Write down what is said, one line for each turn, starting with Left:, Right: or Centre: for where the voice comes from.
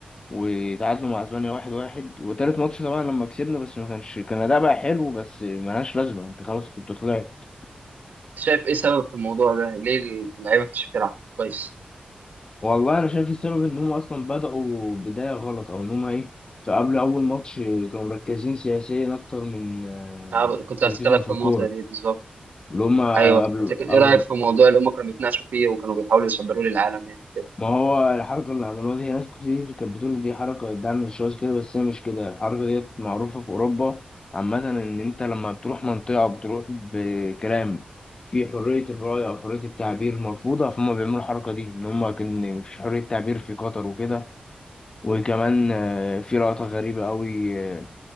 Left: وتعادلوا مع اسبانيا واحد واحد وتالت ماتش طبعا لما كسبنا بس ما كانش كان اداء بقى حلو بس ملهاش لازمه انت خلاص كنت طلعت
Right: شايف ايه سبب في الموضوع ده ليه اللعيبه ما كانتش بتلعب كويس
Left: والله انا شايف السبب ان هم اصلا بداوا بدايه غلط او ان هم ايه فقبل اول ماتش كانوا مركزين سياسيا اكتر من آه،
Right: أنا كنت
Left: تركيزهم
Right: هتكلم في
Left: في الكوره
Right: النقطه دي بالظبط
Left: اللي هم
Right: ايوه
Left: قبل
Right: لكن
Left: قبل
Right: ايه رايك في الموضوع اللي هم كانوا بيتناقشوا فيه وكانوا بيحاولوا يصدروه للعالم يعني كده
Left: ما هو الحركة اللي عملوها دي ناس كتير كانت بتقول دي حركة بتدعم الشواذ كده بس هي مش كده الحركة ديت معروفة في أوروبا عامة إن أنت لما بتروح منطقة بتروح بكلام في حرية الرأي أو حرية التعبير مرفوضة فهم بيعملوا الحركة دي إن هم كان مفيش حرية تعبير في قطر وكده وكمان آه، في لقطة غريبة أوي آه،